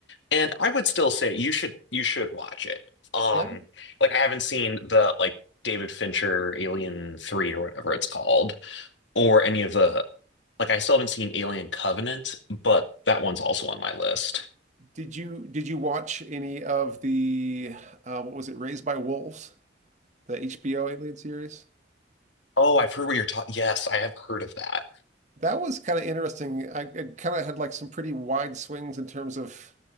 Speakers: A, on the left; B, on the right.
A: And I would still say you should you should watch it. Um,
B: Yeah.
A: like I haven't seen the like David Fincher Alien 3 or whatever it's called, or any of the like I still haven't seen Alien Covenant, but that one's also on my list.
B: Did you did you watch any of the uh what was it? Raised by Wolves, the HBO Alien series?
A: Oh, I've heard what you're talking. Yes, I have heard of that.
B: That was kind of interesting. I it kind of had like some pretty wide swings in terms of